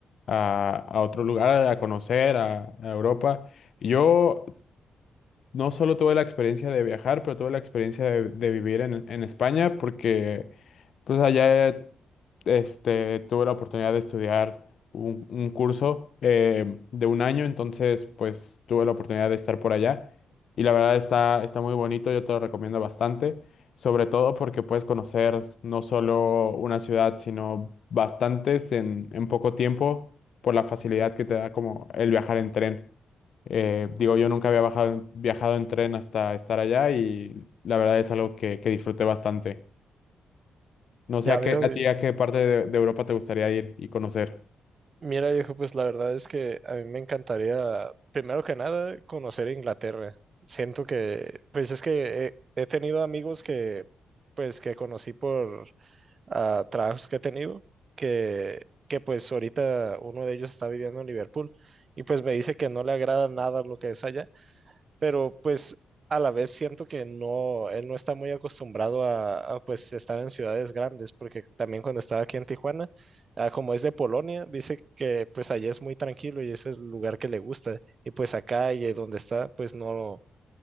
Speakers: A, on the left (about 65°); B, on the right (about 50°).
A: a, a otro lugar, a conocer, a, a Europa. Yo no solo tuve la experiencia de viajar, pero tuve la experiencia de, de vivir en, en España porque pues allá este, tuve la oportunidad de estudiar un, un curso eh, de un año, entonces pues tuve la oportunidad de estar por allá y la verdad está, está muy bonito, yo te lo recomiendo bastante, sobre todo porque puedes conocer no solo una ciudad, sino bastantes en, en poco tiempo por la facilidad que te da como el viajar en tren. Eh, digo, yo nunca había bajado- viajado en tren hasta estar allá y la verdad es algo que, que disfruté bastante. No
B: Ya
A: sé a
B: veo.
A: qué, a
B: vie-
A: ti a qué parte de, de Europa te gustaría ir y conocer.
B: Mira, viejo, pues la verdad es que a mí me encantaría, primero que nada, conocer Inglaterra. Siento que, pues es que he, he tenido amigos que, pues, que conocí por a trabajos que he tenido, que, que pues ahorita uno de ellos está viviendo en Liverpool y pues me dice que no le agrada nada lo que es allá, pero pues a la vez siento que no, él no está muy acostumbrado a, a, pues estar en ciudades grandes, porque también cuando estaba aquí en Tijuana, ah, como es de Polonia, dice que pues allá es muy tranquilo y ese es el lugar que le gusta y pues acá y donde está, pues no,